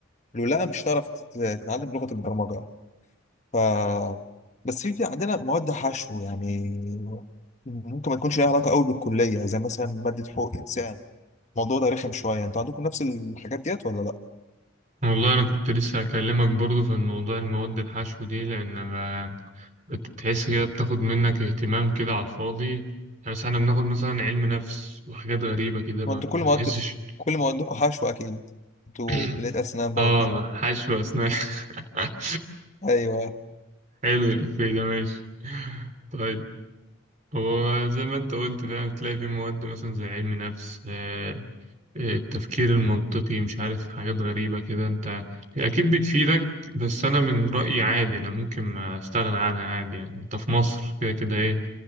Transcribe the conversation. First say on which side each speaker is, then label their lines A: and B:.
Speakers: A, on the left; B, on the right.
A: لولا مش هتعرف تت- تتعلم لغه البرمجه ف بس في في عندنا مواد حشو يعني ممكن ما تكونش ليها علاقه قوي بالكليه زي مثلا ماده حقوق انسان الموضوع ده رخم شويه انتوا عندكم نفس الحاجات ديت ولا لا
B: والله انا كنت لسه هكلمك برضو في الموضوع المواد الحشو دي لان ما بتحس كده بتاخد منك اهتمام كده على الفاضي يعني مثلا احنا بناخد مثلا علم نفس وحاجات غريبه كده ما
A: ما انتوا
B: بتحسش
A: كل مواد كل موادكم حشو اكيد انتوا
B: <clears throat>
A: كليه اسنان بقى
B: اه
A: وكده
B: حشو اسنان <laughs>
A: ايوه
B: حلو الإفيه ده ماشي طيب هو زي ما انت قلت فاهم تلاقي في مواد مثلا زي علم نفس آه، آه، التفكير المنطقي مش عارف حاجات غريبة كده انت هي أكيد بتفيدك بس أنا من رأيي عادي أنا ممكن ما أستغنى عنها عادي يعني انت في مصر كده كده إيه